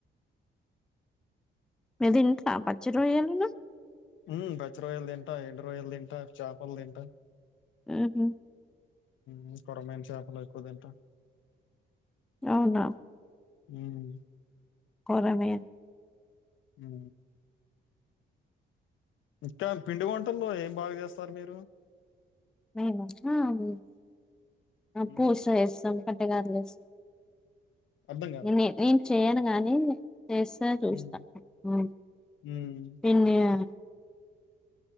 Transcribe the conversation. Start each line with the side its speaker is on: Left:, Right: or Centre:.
Centre: మీరు దింటరా పచ్చి రొయ్యాలను
Left: మ్ పచ్చి రొయ్యలు తింటా ఎండు రొయ్యలు తింటా చేపలు తింట
Centre: ఊహు
Left: మ్ కొరమేను చేపలు ఎక్కువ తింటా
Centre: అవునా
Left: మ్
Centre: కోరమేను
Left: మ్ ఇంకా పిండి వంటల్లో ఏం బాగా చేస్తారు మీరు
Centre: మీమా మేము
Left: హ్మ్.
Centre: పూస వస్తాం అట్టిగాదిలేస్త
Left: అర్థం కాలా.
Centre: ఎన్ని ఈ చెయ్యను గాని తెస్తే చూస్తా
Left: హ్మ్.
Centre: మ్
Left: హ్మ్.
Centre: తిన్నయార్